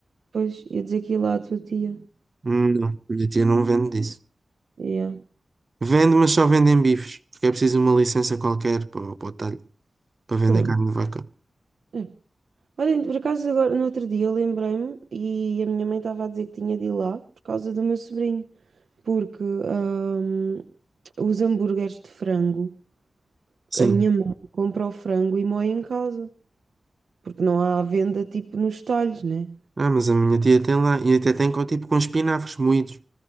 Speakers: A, on the right; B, on the right.
A: depois, ia dizer que ia lá à tua tia.
B: Hum, Não, minha tia não vende disso.
A: Yeah.
B: Vende, mas só vende em bifes. Porque é preciso uma licença qualquer para, o para o talho, para vender
A: Pronto.
B: carne de vaca.
A: É. Olha, por acaso agora, no outro dia, lembrei-me e a minha mãe estava a dizer que tinha de ir lá por causa do meu sobrinho, porque ahm, os hambúrgueres de frango,
B: Sim.
A: a minha mãe compra o frango e moe em casa, porque não há à venda tipo nos talhos, né?
B: Ah, mas a minha tia tem lá e até tem com, tipo com espinafres moídos.